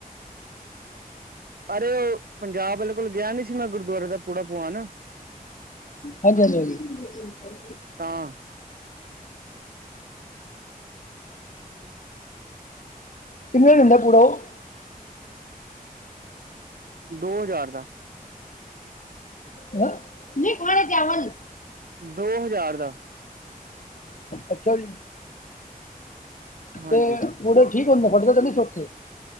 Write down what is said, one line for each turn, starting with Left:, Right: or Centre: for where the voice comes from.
Right: ਅਰੇ ਉਹ ਪੰਜਾਬ ਕੋਲ ਗਿਆ ਨੀ ਸੀ, ਮੈਂ ਗੁਰਦੁਆਰੇ ਦਾ ਪੂੜਾ ਪਵਾਨ।
Left: ਹਾਂਜੀ ਹਾਂਜੀ ਹਾਂਜੀ।
Right: ਹਾਂ।
Left: ਕਿੰਨੇ ਦਾ ਦਿੰਦਾ ਪੂੜਾ ਉਹ।
Right: ਦੋ ਹਜ਼ਾਰ ਦਾ।
Left: ਨਹੀਂ ਖਾਣੇ ਚਾਵਲ।
Right: ਦੋ ਹਜ਼ਾਰ ਦਾ।
Left: ਅੱਛਾ ਜੀ।
Right: ਹਾਂਜੀ
Left: ਤੇ ਮੂੜੇ ਠੀਕ ਹੁੰਦੇ, ਫੁੱਟਦੇ ਕੇ ਨੀ ਛੇਤੀ ।